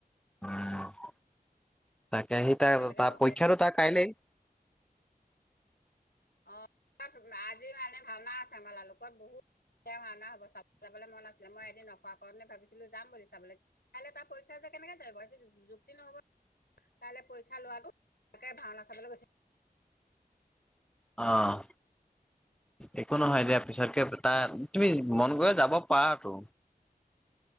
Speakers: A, in the centre; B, on the left.
A: আহ তাকে সি
B: কেইটালৈকে
A: তা-তাৰ
B: পঢ়ে
A: পৰীক্ষাটো
B: এতিয়া
A: তাৰ কাইলেই
B: অ আজি মানে ভাওনা আছে আমাৰা লালোকত বহুত য়া ভাওনা হব চাব যাবলে মন আছে মই ন-খোৱা কাৰণে ভাবিছিলো যাম বুলি চাবলে। কাইলৈ তাৰ পৰীক্ষা যে কেনেকে যাব সেইটো যু-যুক্তি নহ'ব। কাইলে পৰীক্ষা লৱাটো তাকে ভাওনা চাবলে গৈছে
A: আহ একো নহয় দিয়া, পিছতকে তা-তাৰ তুমি মন গ'লে যাব পাৰাতো